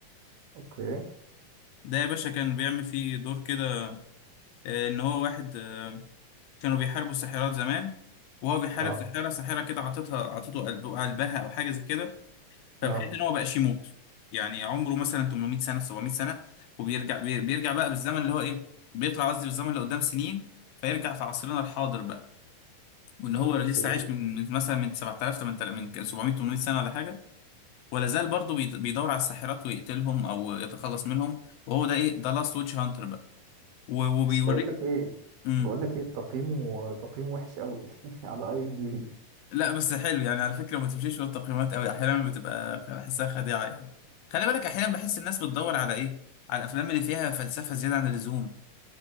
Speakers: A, on the right (about 85°); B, on the left (about 80°).
A: أوكي
B: ده يا باشا كان بيعمل فيه دور كده آه ان هو واحد آه كانوا بيحاربوا الساحرات زمان وهو بيحارب
A: أه
B: ساحره ساحره كده عطتها عطته قلب- قلبها او حاجه زي كده فبحيث
A: أه
B: ان هو بقاش يموت يعني عمره مثلا 800 سنه 700 سنه وبيرجع بي- بيرجع بقى بالزمن اللي هو ايه بيطلع قصدي بالزمن اللي قدام سنين فيرجع في عصرنا الحاضر بقى وان هو
A: اوكي
B: لسه عايش من من مثلا من 7000 8000 من 700 800 سنه ولا حاجه ولا زال برضه بيد- بيدور على الساحرات ويقتلهم او يتخلص منهم وهو ده ايه ده لاست ويتش هانتر بقى و- وبيوريك
A: بس بقول لك ايه
B: امم
A: بقول لك ايه تقييمه تقييمه وحش قوي <laughs> على اي ام دي بي
B: لا بس حلو يعني على فكره ما تمشيش ورا التقييمات قوي احيانا بتبقى بحسها خديعه يعني خلي بالك احيانا بحس الناس بتدور على ايه على الافلام اللي فيها فلسفه زياده عن اللزوم